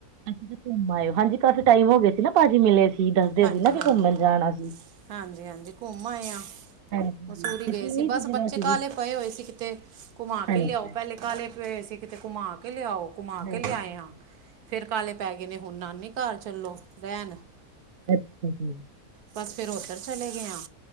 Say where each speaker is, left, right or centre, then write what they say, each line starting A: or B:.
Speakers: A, on the right; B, on the right.
A: ਅੱਸੀ ਤੇ ਘੁੰਮ ਆਏ। ਹਾਂਜੀ ਕਾਫ਼ੀ ਟਾਈਮ ਹੋ ਗਯਾ ਸੀ ਨਾ ਭਾਜੀ ਮਿਲੇ ਸੀ। ਦੱਸਦੇ
B: ਹਾਂਜੀ
A: ਸੀ ਨਾ ਕਿ
B: -ਹਾਂਜੀ-
A: ਘੁੰਮਣ ਜਾਣਾ ਸੀ।
B: ਹਾਂਜੀ -ਹਾਂਜੀ, ਘੁੰਮ ਆਏ ਆ।
A: ਹਾਂਜੀ।
B: ਮਸੂਰੀ
A: ਤੇ
B: ਗਏ
A: ਕਿਵੇਂ
B: ਸੀ।
A: ਦੀ
B: ਬਸ
A: ਜਗ੍ਹਾ
B: ਬੱਚੇ
A: ਸੀਗੀ?
B: ਕਾਲੇ ਪਏ ਹੋਏ ਸੀ। ਕਿਤੇ ਘੁਮਾ
A: ਹਾਂਜੀ।
B: ਕੇ ਲਿਆਓ, ਪਹਿਲੇ ਕਾਲੇ ਪਏ ਹੋਏ ਸੀ। ਕਿਤੇ ਘੁਮਾ ਕੇ ਲਿਆਓ ਘੁਮਾ
A: ਹਾਂਜੀ।
B: ਕੇ ਲਿਆਏਆ ਫੇਰ ਕਾਲੇ ਪੈ ਗਏ ਨੇ ਹੁਣ ਨਾਨੀ ਘਰ ਚੱਲੋ। ਰੈਨ।
A: ਅੱਛਾ ਜੀ।
B: ਬਸ ਫਿਰ ਉੱਧਰ ਚਲੇ ਗਏ ਹਾਂ।